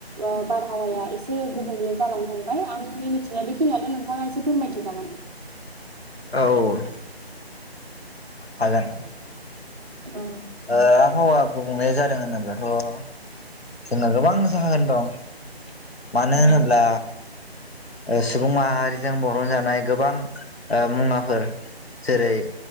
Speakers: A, on the right; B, on the left.
A: आ बारहावाया एसे गुबुंले जालांनो हमबाय आंनि मिथि बेखिनियानो नोंथाङा एसे फोरमायथि जागोन
B: औ हागोन
A: औ
B: आ आबहावा गुबुंले जादों होनोब्लाथ' जोंना गोबां जाहागोन दं मानो होनोब्ला अ सुबुं माहारिजों बरनजानाय गोबां मुवाफोर जेरै